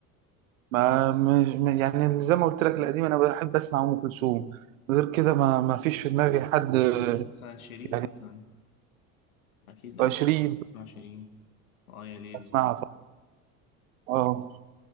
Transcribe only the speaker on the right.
ما مش يعني زي ما قلت لك القديم انا بحب اسمع ام كلثوم غير كده ما ما فيش في دماغي حد آه،
يعني
عشرين
اسمعها
طبعا اه